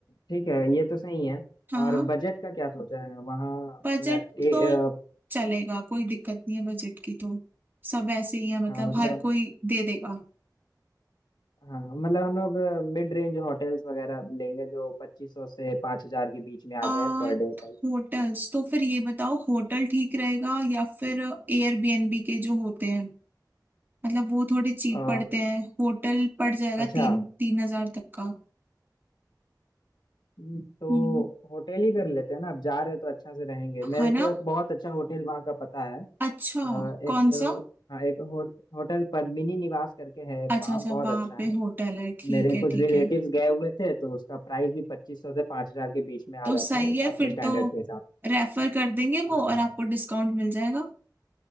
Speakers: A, on the left (about 75°); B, on the right (about 25°).
A: ठीक है ये तो सही है
B: हाँ
A: और बजट का क्या सोचा है वहाँ
B: बजट
A: न- ए,
B: तो
A: अ,
B: चलेगा कोई दिक्कत नहीं है बजट की तो सब ऐसे ही है मतलब
A: हाँ मतलब
B: हर कोई दे देगा
A: हाँ मतलब हम लोग मिड रेंज होटल्स वगैरह लेंगे जो पच्चीस सौ से पाँच हजार के बीच में
B: आ,
A: आ जाए पर डे टाइप
B: होटल्स तो फिर ये बताओ होटल ठीक रहेगा या फिर एयरबीएनबी के जो होते हैं मतलब वो थोड़े चीप
A: अ,
B: पड़ते हैं होटल पड़ जाएगा
A: अच्छा
B: तीन तीन हजार तक का
A: हम्म, तो
B: हम्म
A: होटल ही कर लेते हैं ना अब जा रहे हैं तो अच्छा से रहेंगे मेरे
B: है
A: को
B: ना
A: एक बहुत अच्छा होटल वहाँ का पता है
B: अच्छा
A: अ, एक
B: कौन सा
A: हाँ एक हो, होटल पद्मिनी निवास करके है एक
B: अच्छा
A: वहाँ
B: अच्छा
A: बहुत
B: वहां
A: अच्छा
B: पे
A: है
B: होटल है ठीक
A: मेरे
B: है
A: कुछ
B: ठीक
A: रिलेटिव्स
B: है
A: गए हुए थे तो उसका प्राइस भी पच्चीस सौ से पाँच हजार के बीच में आ
B: तो
A: जाता
B: सही
A: है
B: है
A: अपने
B: फिर
A: स्टैंडर्ड
B: तो
A: के हिसाब
B: रेफर कर देंगे
A: हाँ
B: वो और आपको डिस्काउंट मिल जाएगा